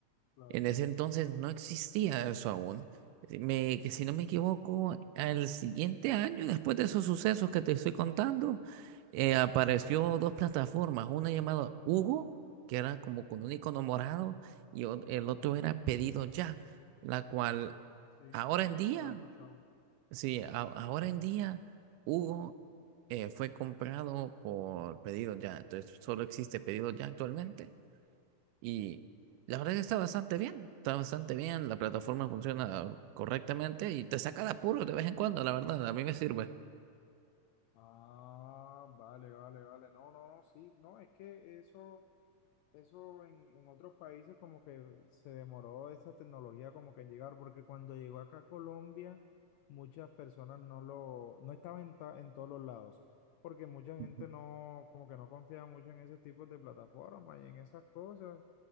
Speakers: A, on the left; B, on the right.
A: Claro,
B: En ese entonces no existía eso aún. Si Me- que si no me equivoco, al siguiente año, después de esos sucesos que te estoy contando, eh,
A: sí,
B: apareció dos plataformas, una llamada Hugo, que era como con un icono morado, y o-
A: ok,
B: el otro era Pedido Ya, la cual
A: sí, eh,
B: ahora en día,
A: lo he escuchado.
B: sí, a- ahora en día, Hugo eh, fue comprado por Pedido Ya, entonces solo existe Pedido Ya actualmente. Y la verdad que está bastante bien, está bastante bien, la plataforma funciona correctamente y te saca de apuro de vez en cuando, la verdad, a mí me sirve.
A: Ah, vale, vale, vale. No, no, no, sí, no, es que eso... Eso en, en otros países como que se demoró esa tecnología como que en llegar, porque cuando llegó acá a Colombia, muchas personas no lo, no estaba en, ta- en todos los lados, porque mucha gente
B: Ujú.
A: no, como que no confiaba mucho en ese tipo de plataformas y en esas cosas